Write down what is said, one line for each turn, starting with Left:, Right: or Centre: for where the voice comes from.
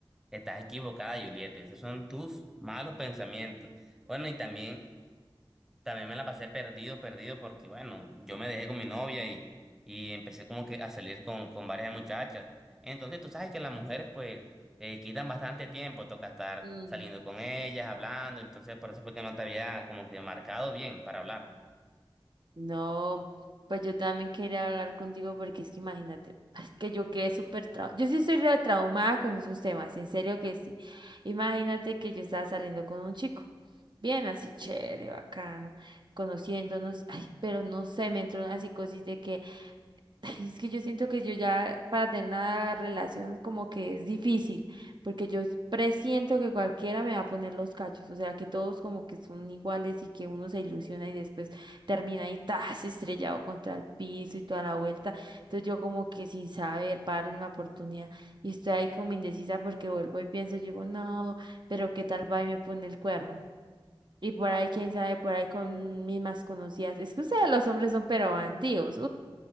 Centre: Estás equivocada, Julieta. Esos son tus malos pensamientos. Bueno, y también. También me la pasé perdido, perdido, porque bueno, yo me dejé con mi novia y, y empecé como que a salir con, con varias muchachas. Entonces tú sabes que las mujeres pues eh, quitan bastante tiempo, toca estar
Right: no.
Centre: saliendo con ellas, hablando, entonces por eso fue que no te había como que marcado bien para hablar.
Right: No, pues yo también quería hablar contigo porque es que imagínate, <laughs> es que yo quedé súper traumada. Yo sí estoy re traumada con esos temas, en serio que sí. Imagínate que yo estaba saliendo con un chico, bien así chévere, bacano, conociéndonos, ay, pero no sé, me entró una psicosis de que <laughs> Ay, Es que yo siento que yo ya para tener una relación como que es difícil, porque yo presiento que cualquiera me va a poner los cachos, o sea, que todos como que son iguales y que uno se ilusiona y después termina ahí tas estrellado contra el piso y toda la vuelta. Entonces yo como que sin saber, para darle una oportunidad y estoy ahí como indecisa porque vuelvo y pienso, yo digo, no, pero qué tal va y me pone el cuerno. Y por ahí, quién sabe, por ahí con mis más conocidas. Es que ustedes los hombres son pero bandidos,